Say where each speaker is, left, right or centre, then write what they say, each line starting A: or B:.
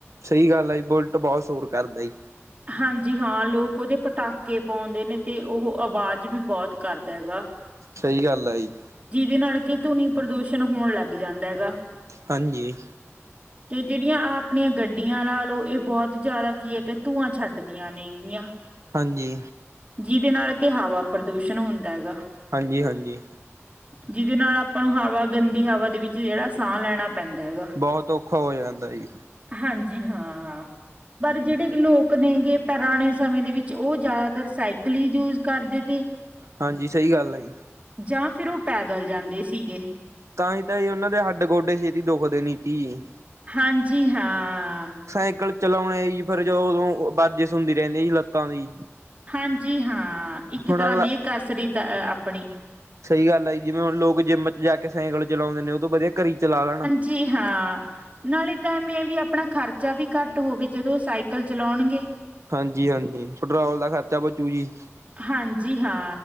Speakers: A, on the right; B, on the right.
A: ਸਹੀ ਗੱਲ ਆ ਜੀ ਬੁਲਟ ਬਹੁਤ ਸ਼ੋਰ ਕਰਦਾ ਜੀ।
B: ਹਾਂਜੀ ਹਾਂ ਲੋਕ ਉਹਦੇ ਪਟਾਕੇ ਪਾਉਂਦੇ ਨੇ ਤੇ ਉਹ ਅਵਾਜ਼ ਵੀ ਬਹੁਤ ਕਰਦਾ ਹੈਗਾ।
A: ਸਹੀ ਗੱਲ ਆ ਜੀ।
B: ਜਿਹਦੇ ਨਾਲ ਕਿ ਧੁਨੀ ਪ੍ਰਦੂਸ਼ਣ ਹੋਣ ਲਗ ਜਾਂਦਾ ਹੈਗਾ।
A: ਹਾਂਜੀ।
B: ਤੇ ਜਿਹੜੀਆਂ ਆਪਣੀਆਂ ਗੱਡੀਆਂ ਲਾ ਲੋ, ਇਹ ਬਹੁਤ ਜਾਦਾ ਕੀ ਹੈ ਕਿ ਧੂਆਂ ਛੱਡਦੀਆਂ ਨੇ ਗੀਆਂ।
A: ਹਾਂਜੀ।
B: ਜਿਦੇ ਨਾਲ ਕਿ ਹਵਾ ਪ੍ਰਦੂਸ਼ਣ ਹੁੰਦਾ ਹੈਗਾ।
A: ਹਾਂਜੀ-ਹਾਂਜੀ
B: ਜਿਦੇ ਨਾਲ ਆਪਾਂ ਨੂੰ ਹਵਾ ਗੰਦੀ ਹਵਾ ਦੇ ਵਿੱਚ ਜਿਹੜਾ ਸਾਹ ਲੈਣਾ ਪੈਂਦਾ ਹੈਗਾ।
A: ਬਹੁਤ ਔਖਾ ਹੋ ਜਾਂਦਾ ਜੀ।
B: ਹਾਂਜੀ ਹਾਂ ਪਰ ਜਿਹੜੇ ਲੋਕ ਨੇਗੇ ਪੁਰਾਣੇ ਸਮੇਂ ਦੇ ਵਿੱਚ ਉਹ ਜ਼ਿਆਦਾਤਰ ਸਾਈਕਲ ਹੀ ਯੂਜ ਕਰਦੇ। ਤੇ
A: ਹਾਂਜੀ ਸਹੀ ਗੱਲ ਹੈ ਜੀ
B: ਜਾਂ ਫੇਰ ਉਹ ਪੈਦਲ ਜਾਂਦੇ ਸੀਗੇ।
A: ਤਾਂ ਹੀ ਜੀ ਉਹਨਾਂ ਦੇ ਹੱਡ ਗੋਡੇ ਛੇਤੀ ਦੁੱਖਦੇ ਨੀਤੀ।
B: ਹਾਂਜੀ ਹਾਂ।
A: ਸਾਈਕਲ ਚਲਾਉਣੇ ਜੀ ਫਿਰ ਜੋਂ ਉਦੋਂ ਬਰਜਿਸ ਹੁੰਦੀ ਰਹਿੰਦੀ ਜੀ ਲੱਤਾਂ ਦੀ।
B: ਹਾਂਜੀ ਹਾਂ ਇੱਕ
A: ਹੁਣ
B: ਤਰ੍ਹਾਂ
A: ਅਗਲਾ
B: ਦੀ ਹੈ ਕਸਰੀਤ ਹੈ ਆਪਣੀ।
A: ਸਹੀ ਗੱਲ ਹੈ ਜੀ ਜਿਵੇਂ ਹੁਣ ਲੋਗ ਜਿੰਮ ਚ ਜਾ ਕੇ ਸਾਈਕਲ ਚਲਾਉਂਦੇ ਨੇ ਉਹ ਤੋਂ ਵਧੀਆ ਘਰ ਹੀ ਚਲਾ ਲੈਣ।
B: ਜੀ ਹਾਂ। ਨਾਲੇ ਤਾਂ ਮੇ ਵੀ ਆਪਣਾ ਖਰਚਾ ਵੀ ਘੱਟ ਹੋਵੇ ਜੇੜੇ ਸਾਈਕਲ ਚਲੋਣਗੇ।
A: ਹਾਂਜੀ-ਹਾਂਜੀ ਪੈਟਰੋਲ ਦਾ ਖਰਚਾ ਬਚੂ ਜੀ।
B: ਹਾਂਜੀ, ਹਾਂ